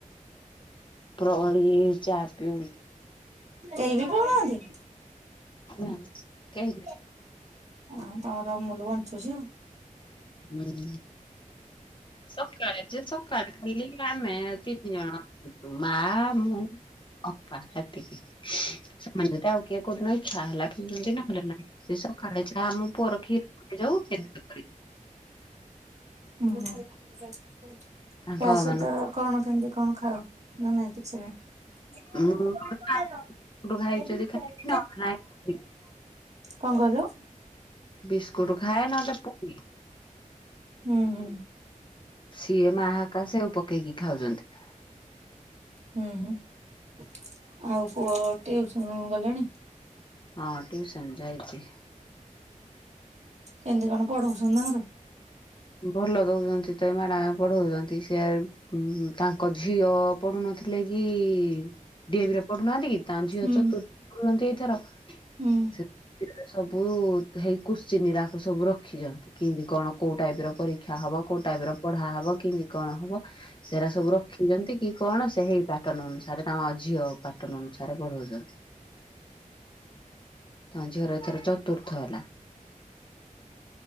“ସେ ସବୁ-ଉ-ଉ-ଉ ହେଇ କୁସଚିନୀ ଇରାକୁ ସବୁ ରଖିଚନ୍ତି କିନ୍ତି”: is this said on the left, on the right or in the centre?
Left